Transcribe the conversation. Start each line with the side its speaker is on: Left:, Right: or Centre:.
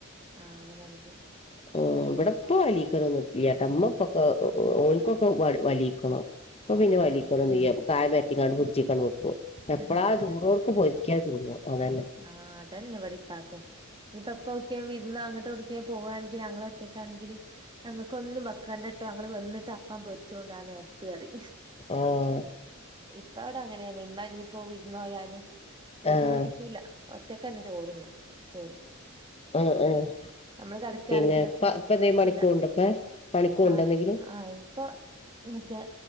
Right: ആഹ് അങ്ങനാണ്ല്ലേ
Left: ആഹ് വടെപ്പ വലിക്കനൊന്നില്ലട്ട
Right: ഉം
Left: ഇമ്മപ്പൊക്ക ഓൽക്കൊക്കെ വലിക്കണം പ്പ പിന്നെ വലിക്കണന്നില്ല
Right: ഉം
Left: കായം പരട്ടിക്കാണ്ട് ഫ്രി ജ്ക്കാണ്ട് വെക്കും എപ്പഴാ
Right: ആഹ്
Left: ചൂടോട്‌ക്കെ പൊരിക്കാ തിന്നും അതന്നെ
Right: ആഹ് അതന്നെ വടെ പ്പാക്കും ഇനിപ്പ എപ്പ ഓക്ക വിരുന്ന് അങ്ങോട്ട് ഒട്ക്കെ പോവാണെ ങ്കി ഞങ്ങളൾ ഒറ്റക്കാണെങ്കിൽ ഞങ്ങക്ക് ഒന്നും വക്കണ്ട ട്ടോ ഞങ്ങൾ വന്നിട്ട് അപ്പ പൊരിച്ചോണ്ട് ആഹ് നേരത്ത് കറി
Left: ആഹ്
Right: ഇപ്പ അവിടെ അങ്ങനെണ് ഇമ്മഞ്ഞിപ്പോ വിര്ന്ന് പോയാലും ബുദ്ധിമുട്ടിച്ചൂല്ല
Left: ആഹ്
Right: ഒറ്റക്കന്നെ ചോറുന്നു പേര്
Left: ആഹ് ആഹ്
Right: നമ്മള് കകടക്കണെങ്കിലൊക്കെ
Left: പിന്നെ ഇപ്പ ഇപ്പ എന്തേലും
Right: വിളിച്ചൂല
Left: പണിക്ക് പോവ്ണ്ടോ ഇപ്പ പണിക്ക് പോവ്ണ്ടോ
Right: ആഹ്
Left: എന്തെങ്കിലും
Right: ആഹ് ഇപ്പൊ മറ്റേ